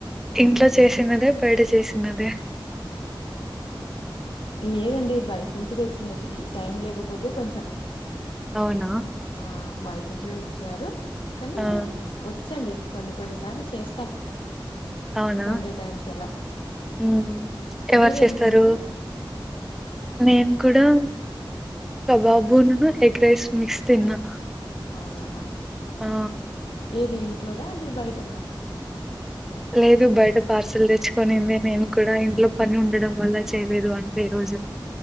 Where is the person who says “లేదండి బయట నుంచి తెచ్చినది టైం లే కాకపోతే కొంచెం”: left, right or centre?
Left